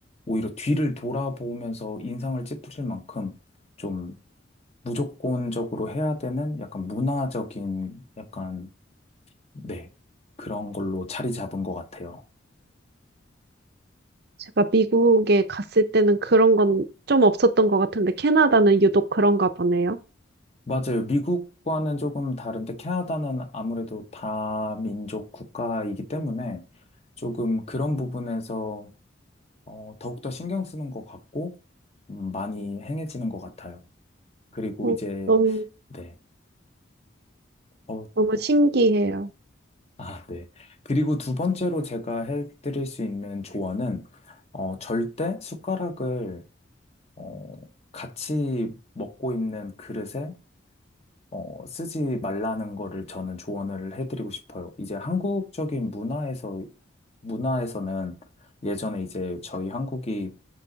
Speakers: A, on the left (about 35°); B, on the right (about 55°).
A: 오히려 뒤를 돌아보면서 인상을 찌푸릴 만큼 좀 무조건적으로 해야 되는 약간 문화적인 약간, 네, 그런 걸로 자리 잡은 것 같아요.
B: 제가 미국에 갔을 때는 그런 건 좀 없었던 것 같은데 캐나다는 유독 그런가 보네요.
A: 맞아요. 미국과는 조금 다른데 캐나다는 아무래도 다민족 국가이기 때문에 조금 그런 부분에서 어, 더욱더 신경 쓰는 것 같고 음, 많이 행해지는 것 같아요. 그리고
B: 어,
A: 이제,
B: 너무
A: 네. 어,
B: 너무 신기해요.
A: 아, 네. 그리고 두 번째로 제가 해드릴 수 있는 조언은 어, 절대 숟가락을 어, 같이 먹고 있는 그릇에 어, 쓰지 말라는 거를 저는 조언을 해드리고 싶어요. 이제 한국적인 문화에서 문화에서는 예전에 이제 저희 한국이